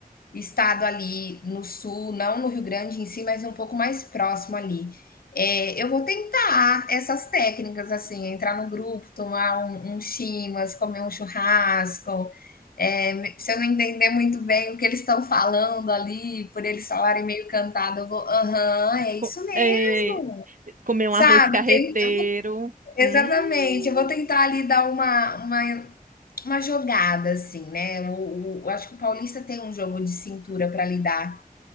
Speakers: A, on the left (about 75°); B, on the right (about 60°).
A: estado ali no sul, não no Rio Grande em si, mas um pouco mais próximo ali. É, eu vou tentar essas técnicas, assim, entrar no grupo, tomar um, um chimas, comer um churrasco. É, me- se eu não entender muito bem o que eles estão falando ali, por eles falarem meio cantado, eu vou, aham, é
B: Co-
A: isso mesmo.
B: é, comer um
A: Sabe?
B: arroz carreteiro.
A: Tem- Exatamente,
B: Hum,
A: eu vou tentar ali dar uma uma uma jogada, assim, né, o o acho que o paulista tem um jogo de cintura para lidar